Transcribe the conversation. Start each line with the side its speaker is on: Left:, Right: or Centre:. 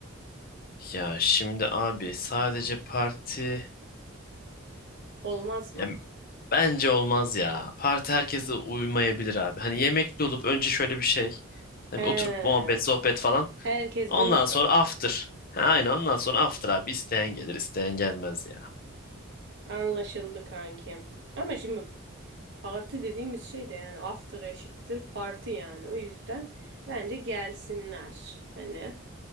Left: Ya şimdi abi sadece parti
Right: Olmaz mı?
Left: Ya bence olmaz ya. Parti herkese uymayabilir abi. Hani yemekli olup önce şöyle bir şey. Hani
Right: He,
Left: bir oturup muhabbet, sohbet falan.
Right: herkes
Left: Ondan
Right: bir masada.
Left: sonra after. Ha, aynen ondan sonra after abi. İsteyen gelir, isteyen gelmez ya.
Right: Anlaşıldı kankim. Ama şimdi parti dediğimiz şey de yani after eşittir parti yani. O yüzden bence gelsinler. Hani